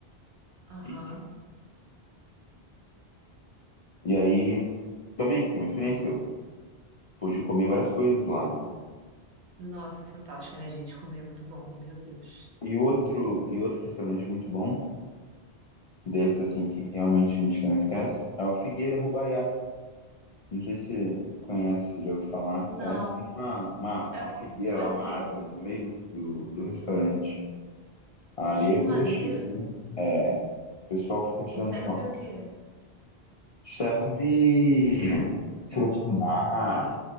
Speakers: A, on the right; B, on the left.
A: Aham.
B: E, e aí também foi uma experiência. Eu pude comer várias coisas lá, né?
A: Nossa, fantástico, né, gente? Comer é muito bom, meu Deus.
B: E outro, e outro restaurante muito bom, desse assim que realmente a gente não esquece, é o Figueira Rubaiá. Não sei se conhece, já ouviu falar.
A: Não.
B: É um, tem uma, uma,
A: É,
B: uma
A: o-
B: figueira
A: é
B: lá,
A: o
B: uma
A: quê?
B: árvore no meio do, do, do restaurante. Ali
A: Que
B: é
A: maneira?
B: coisa chique, viu? É, o pessoal fica tirando
A: E serve
B: foto.
A: o quê?
B: Serve frutos do mar.